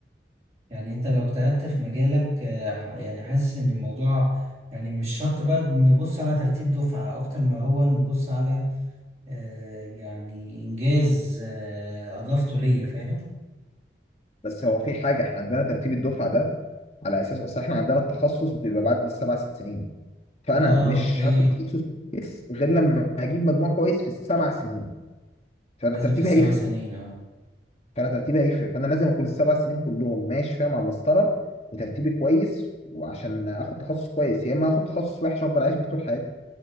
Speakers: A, on the right; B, on the left.
A: يعني انت لو اجتهدت في مجالك آه، ح- يعني حاسس ان الموضوع يعني مش شرط بقى نبص على ترتيب دفعة اكتر ما هو نبص على آه، يعني انجاز آه، اضافته ليا فاهم
B: بس هو في حاجه احنا عندنا ترتيب الدفعه ده على اساس اصل احنا عندنا التخصص بيبقى بعد السبع سنين فانا
A: اه
B: مش
A: اوكي
B: هتخصص كويس غير لما اجيب مجموع كويس في السبع سنين فانا
A: لازم
B: ترتيبي
A: في السبع
B: هيفرق
A: سنين اه
B: فانا ترتيبي هيفرق فانا لازم اكون السبع سنين كلهم ماشي فيها مع المسطره وترتيبي كويس وعشان اخد تخصص كويس يا اما اخد تخصص وحش افضل اعيش بيه طول حياتي